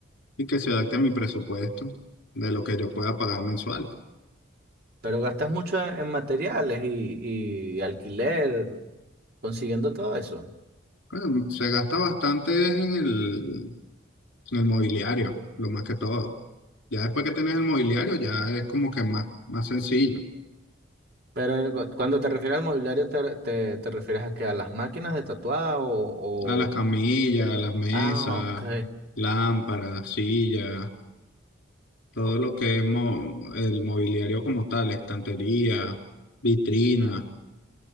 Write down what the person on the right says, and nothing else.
Pero gastas mucho en, en materiales y, y alquiler. consiguiendo todo eso.
Pero cu- cuando te refieres al mobiliario, ¿te, te, te refieres a que a las máquinas de tatuar o, o-
Ah, ok.
O-